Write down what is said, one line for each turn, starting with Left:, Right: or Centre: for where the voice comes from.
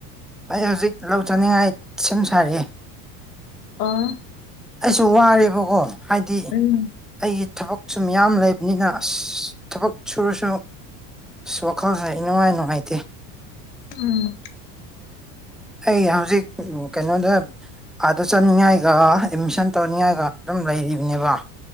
Centre: ꯑꯩ ꯍꯧꯖꯤꯛ ꯂꯧꯖꯥꯅꯤꯡꯉꯥꯏ ꯁꯦꯝ ꯁꯥꯔꯤ
Left: ꯑꯥ
Centre: ꯑꯩꯁꯨ ꯋꯥꯔꯦꯕꯥꯀꯣ ꯍꯥꯏꯗꯤ
Left: ꯎꯝ
Centre: ꯑꯩꯒꯤ ꯊꯥꯕꯛꯁꯨ ꯃꯌꯥꯝ ꯂꯩꯕꯥꯅꯤꯅ ꯑꯁ ꯊꯕꯛ ꯁꯨꯔꯥꯁꯨ ꯑꯁ ꯋꯥꯈꯜꯁꯦ ꯑꯩꯅꯨꯡꯉꯥꯏ ꯅꯨꯡꯉꯥꯏꯇꯦ
Left: ꯎꯝ
Centre: ꯑꯩ ꯍꯧꯖꯤꯛ ꯀꯩꯅꯣꯗꯥ ꯑꯥꯗ ꯆꯠꯅꯤꯡꯉꯥꯏꯒ ꯑꯦꯠꯃꯤꯁꯟ ꯇꯧꯅꯤꯡꯉꯥꯏꯒ ꯑꯗꯨꯝ ꯂꯩꯔꯤꯕꯥꯅꯦꯕꯥ